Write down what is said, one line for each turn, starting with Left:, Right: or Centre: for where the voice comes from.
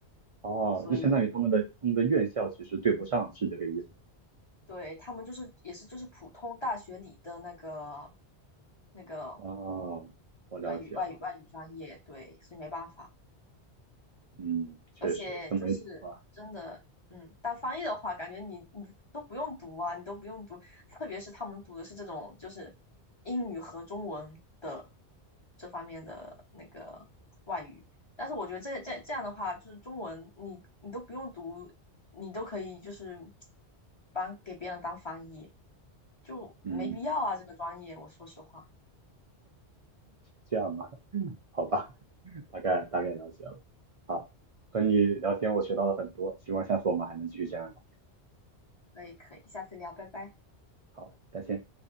Right: 哦，
Left: 所以。
Right: 就相当于他们的他们的院校其实对不上，是这个意思吗？
Left: 对，他们就是也是就是普通大学里的那个那个
Right: 哦，我了解了。
Left: 外语外语外语专业，对，所以没办法。
Right: 嗯，确实这么一想的话，
Left: 而且就是真的，嗯，当翻译的话，感觉你你都不用读啊，你都不用读，特别是他们读的是这种就是英语和中文的这方面的那个外语，但是我觉得这这这样的话，就是中文你你都不用读，你都可以就是帮给别人当翻译，就没必要啊，
Right: 嗯，
Left: 这个专业，我说实话，
Right: 这样吧，好吧，<laughs> 大概大概了解了。好，和你聊天我学到了很多，希望下次我们还能继续这样聊天。
Left: 可以可以，下次聊，拜拜。
Right: 好，再见。